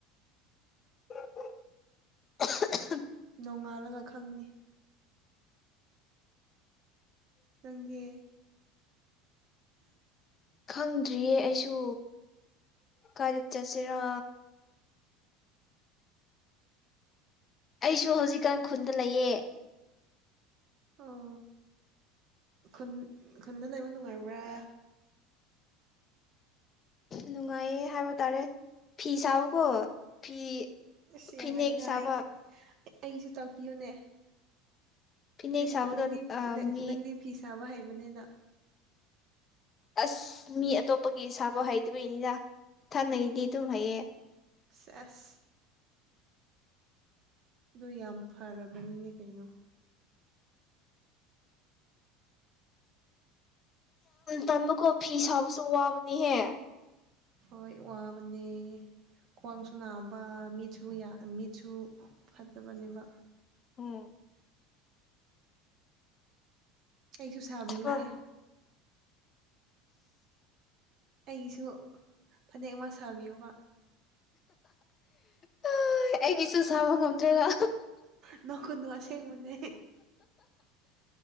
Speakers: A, on the left (about 35°); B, on the right (about 50°).
A: <unintelligible>
B: ꯅꯣꯡꯉꯥꯜꯂꯒ ꯈꯪꯅꯤ ꯅꯪꯗꯤ <unintelligible>
A: ꯈꯪꯗ꯭ꯔꯤꯌꯦ ꯑꯩꯁꯨ ꯀꯥꯏꯗ ꯆꯠꯁꯤꯔ ꯑꯩꯁꯨ ꯍꯧꯖꯤꯛꯀꯥꯟ ꯈꯨꯟꯗ ꯂꯩꯑꯦ
B: ꯑꯣ ꯈꯨꯟ ꯈꯨꯟꯗ ꯂꯩꯕ ꯅꯨꯡꯉꯥꯏꯕ꯭ꯔꯥ
A: ꯅꯨꯡꯉꯥꯏꯌꯦ ꯍꯥꯏꯕ ꯇꯥꯔꯦ ꯐꯤ ꯁꯥꯎꯀꯣ ꯐꯤ
B: ꯑꯁꯤ
A: ꯐꯤꯅꯦꯛ
B: ꯌꯥꯝ ꯍꯩꯅ
A: ꯁꯥꯕ
B: ꯑꯩ ꯑꯩꯁꯨ ꯇꯥꯛꯄꯤꯌꯨꯅꯦ
A: ꯐꯤꯅꯦꯛ
B: ꯅꯪꯗꯤ
A: ꯁꯥꯕꯗ
B: ꯅꯪꯗꯤ ꯅ
A: ꯃꯤ
B: ꯅꯪꯗꯤ ꯐꯤꯁ ꯆꯥꯕ ꯍꯩꯕꯅꯤꯅ
A: ꯑꯁ ꯃꯤ ꯑꯇꯣꯞꯄꯒꯤ ꯁꯥꯥꯐ ꯍꯩꯇꯕ ꯏꯅꯤꯅ ꯏꯊꯟꯅꯗꯤ ꯑꯗꯨꯝ ꯍꯩꯌꯦ
B: ꯑꯁ ꯑꯁ ꯑꯗꯨ ꯌꯥꯝ ꯐꯔꯕꯅꯤꯅꯦ ꯀꯩꯅꯣ
A: ꯇꯝꯕ ꯀꯣ ꯐꯤ ꯁꯥꯕꯁꯨ ꯋꯥꯕꯅꯤꯍꯦ
B: ꯍꯣꯏ ꯋꯥꯕꯅꯦ ꯈ꯭ꯋꯥꯡꯁꯨ ꯅꯥꯕ ꯃꯤꯠꯁꯨ ꯌꯥ ꯃꯤꯠꯁꯨ ꯐꯠꯇꯕꯅꯤꯕ
A: ꯍꯝ
B: ꯀꯩꯁꯨꯁꯥꯕꯤꯎꯅꯦ
A: ꯊꯕꯛ
B: ꯑꯩꯒꯤꯁꯨ ꯐꯅꯦꯛ ꯑꯃ ꯁꯥꯕꯤꯌꯣꯕ
A: ꯍꯣꯏ ꯑꯩꯒꯤꯁꯨ ꯁꯥꯕ ꯉꯝꯗ꯭ꯔꯦꯔꯥ
B: ꯅꯣꯛꯀꯅꯨ ꯑꯁꯦꯡꯕꯅꯦ